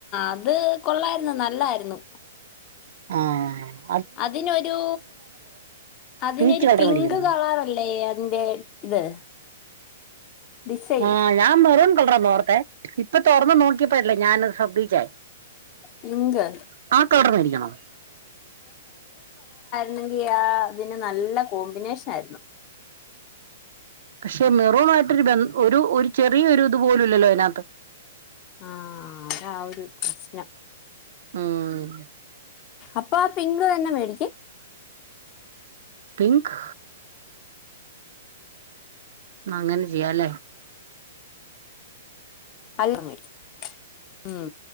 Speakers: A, on the left; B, on the right.
A: അത് കൊള്ളാരുന്നു. നല്ലാരുന്നു
B: ആ
A: അതിനൊരു അതിനെരു
B: പീച്ച് കളർ
A: പിങ്ക്
B: മേടിക്കണോ
A: കളറല്ലേ അതിന്റെ ഇത്?. ഡിസൈൻ
B: ആഹ്... ഞാൻ മെറുൺ കളറെന്നോർത്തേ ഇപ്പൊ തോറ്ന്നു നോക്കിയപ്പല്ലേ ഞാനത് ശ്രദ്ധിച്ചേ
A: പിങ്ക്
B: <unintelligible> <unintelligible> മേടിക്കണോ?
A: ണെങ്കി ആ ഇതിന് നല്ല കോമ്പിനേഷനായ്ര്ന്നു.
B: പക്ഷെ മെറൂണായിട്ട് ഒരു ബം ഒരു ഒരു ചെറിയ ഇത് പോലും ഇല്ലല്ലോ അയിനാത്.
A: ആഹ്... അതാ ആ ഒരു ന
B: മ്മ്
A: അപ്പൊ ആ പിങ്ക് തന്നെ മേടിക്ക്.
B: പിങ്ക് അങ്ങനെ ചെയ്യല്ലേ
A: അല്ല <unintelligible> മ്